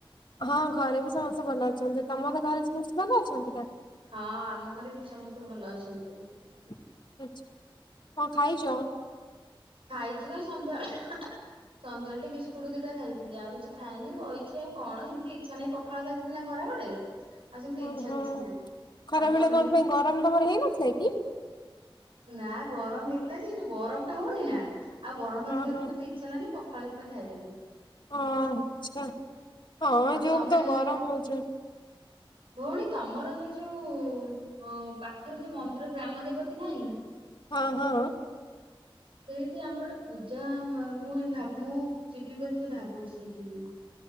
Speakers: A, on the left (about 55°); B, on the right (about 75°).
A: ହଁ ଘରେ ବି ସମସ୍ତେ ଭଲ ଅଛନ୍ତି, ତମର ଘରେ ସମସ୍ତେ ଭଲ ଅଛନ୍ତି ନା?
B: ହଁ ଆମ ଘରେ ବି ସମସ୍ତେ ଭଲ ଅଛନ୍ତି।
A: <unintelligible> କଣ ଖାଇଛ?
B: ଖାଇଛି କାଇଁ ସନ୍ଧ୍ୟାବେଳେ ସନ୍ଧ୍ୟାାଳେ ଟିକେବିସ୍କୁଟ ଦିଟା ଖାଇଥିଲି ଆଉ କିଛି ଖାଇନି ବଇ କିଛି ଆଉ କଣ ହେ ମତି ଇଚଛା ନାହିଁ ପଖାଳ ଖାଇ ଦେଇ ଥିଲି ନା ଖରାବେଳେ। ଆଉ ସେମିତି
A: ଓହୋ
B: ଇଚ୍ଛା କିଛି ନାହିଁ,
A: ଖରା
B: ଆଉ
A: ବେଳେ
B: ତମେ
A: କଣ
B: ଦିଦି?
A: ପାଇଁ ଗରମ ତମର ହେଇନଥିଲା କି?
B: ନା ଗରମ ହେଇଥିଲା ଯେ ଯୋଉ ଗରମ ଟା ହଉନି ନା ଆଉ ଗରମ
A: ହଁ
B: ଭାତ ଖାଇବାକୁ
A: ହଁ।
B: ମତେ ଇ ଇଚ୍ଛା ହେଲାନି ପଖାଳ ସେଥିପାଇ ଖାଇଦେଲି।
A: ହଁ ଆଚ୍ଛା ହଁ
B: ଆଉ
A: ଏ ଯୋଉ
B: ତମେ
A: ତ ଗରମ ହଉଛି।
B: ଭଉଣୀ ତମର ସେଇ ଯୋଉ ଅ ପାଖରେ ଯୋଉ ମନ୍ଦିର ଗ୍ରାମ ଦେବତୀ ନାହିଁ।
A: ହଁ ହଁ।
B: ସେଇଠି ଆମର ଗୋଟେ ପୂଜା ମ ମୁଁ ହେଇଠି ମୁଁ ଯିବି ବୋଲି ସେ ଭାବୁଛି ସେଠି।